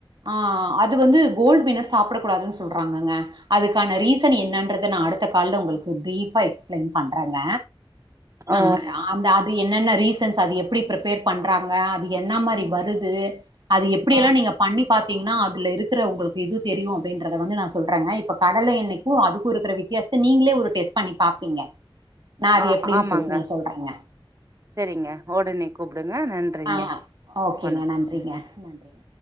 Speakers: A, on the right; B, on the right.
A: ஆஹ் அது வந்து கோல்ட் வின்னர் சாப்பிடக் கூடாதுன்னு சொல்றாங்கங்க அதுக்கான ரீசன் என்னான்றத நான் அடுத்த கால்ல உங்களுக்கு ப்ரீப்பா எக்ஸ்பிளைன் பண்றங்க ஆஹ்
B: ஓ
A: அந்த அத் என்னென்ன ரீசன்ஸ் அது எப்படி பிரிப்பேர் பண்றாங்க அது என்னா மாரி வருது அது எப்டியெல்லாம்
B: ஆ
A: நீங்க பண்ணி பாத்தீங்கன்னா அதுல இருக்கிற உங்களுக்கு இது தெரியும் அப்படின்றத வந்து நான் சொல்றேங்க இப்ப கடலை எண்ணைக்கு அதுக்கு இருக்கிற வித்தியாசத்தை நீங்களே ஒரு டெஸ்ட் பண்ணி பாப்பீங்க நா அது
B: ஆ
A: எப்டின்னு
B: ஆமாங்க
A: சொல்லிட்டு நா சொல்றேங்க
B: செரிங்க ஒடனே கூப்டுங்க நன்றிங்க
A: ஆ ஓகேங்க
B: வணக்
A: நன்றிங்க நன்றிங்க